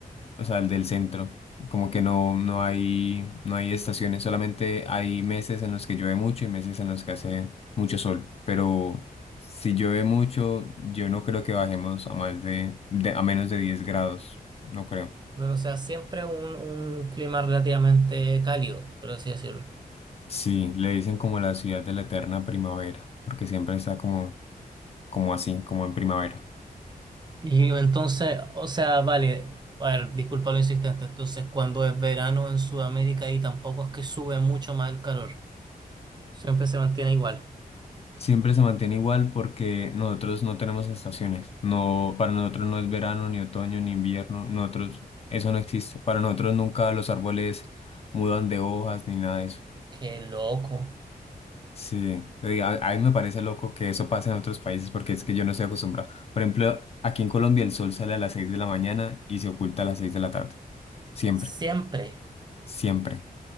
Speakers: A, on the left (about 40°); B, on the right (about 30°).
A: o sea, el del centro. Como que no, no hay, no hay estaciones, solamente hay meses en los que llueve mucho y meses en los que hace mucho sol. Pero si llueve mucho, yo no creo que bajemos a más de, de- a menos de 10 grados, no creo.
B: Bueno, o sea, siempre un, un clima relativamente cálido, por así decirlo.
A: Sí, le dicen como la ciudad de la eterna primavera, porque siempre está como, como así, como en primavera.
B: Y entonces, o sea, vale, a ver, disculpa lo insistente. Entonces, cuando es verano en Sudamérica ahí tampoco es que sube mucho más el calor. Siempre se mantiene igual.
A: Siempre se mantiene igual porque nosotros no tenemos estaciones. No, para nosotros no es verano, ni otoño, ni invierno. Nosotros, eso no existe. Para nosotros nunca los árboles mudan de hojas ni nada de eso.
B: Qué loco.
A: Sí, te digo, a, a mí me parece loco que eso pase en otros países porque es que yo no estoy acostumbrado. Por ejemplo, aquí en Colombia el sol sale a las 6 de la mañana y se oculta a las 6 de la tarde. Siempre,
B: Siempre.
A: siempre.